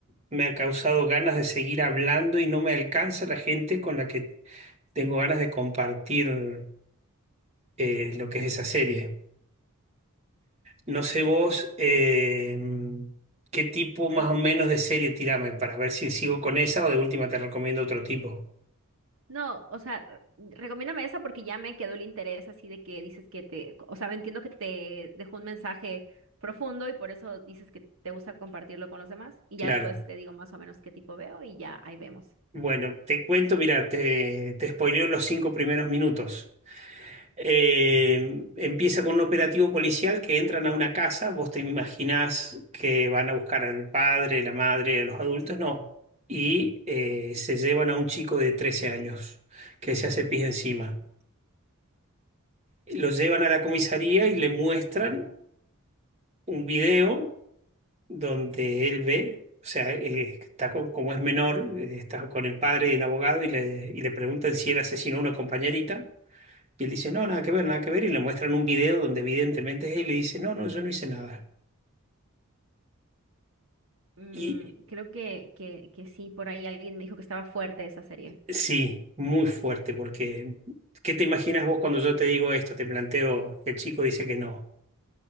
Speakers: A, on the right; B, on the right.
A: me ha causado ganas de seguir hablando y no me alcanza la gente con la que tengo ganas de compartir eh, lo que es esa serie. No sé vos eh, qué tipo más
B: Pero
A: o menos de serie tirame para ver si sigo con esa o de última te recomiendo otro tipo.
B: no, o sea, r- recomiéndame esa porque ya me quedó el interés así de que dices que te, o sea, entiendo que te dejó un mensaje profundo y por eso dices que te gusta compartirlo con los demás y
A: Claro.
B: ya después te digo más o menos qué tipo veo y ya ahí vemos.
A: Bueno, te cuento, mira, te, te spoileo los cinco primeros minutos. Eh, empieza con un operativo policial que entran a una casa. Vos te imaginás que van a buscar al padre, la madre, a los adultos, no. Y eh, se llevan a un chico de 13 años que se hace pis encima. Lo llevan a la comisaría y le muestran un video donde él ve, o sea, eh, está co- como es menor, eh, está con el padre y el abogado y le, y le preguntan si él asesinó a una compañerita. Y él dice, no, nada que ver, nada que ver. Y le muestran un video donde evidentemente es él y dice, no, no, yo no hice nada.
B: Mm,
A: Y
B: creo que, que, que sí, por ahí alguien me dijo que estaba fuerte esa serie.
A: sí, muy fuerte, porque ¿qué te imaginas vos cuando yo te digo esto? Te planteo que el chico dice que no.